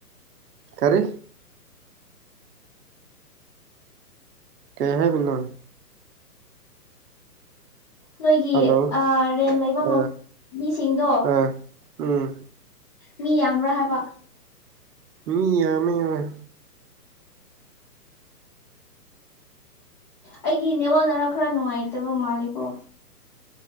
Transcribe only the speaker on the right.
ꯀꯔꯤ ꯀꯩ ꯍꯥꯏꯔꯤꯅꯣ
ꯍꯜꯂꯣ
ꯑꯥ
ꯑꯥ ꯎꯝ
ꯃꯤ ꯌꯥꯝꯃꯦ ꯍꯣꯏ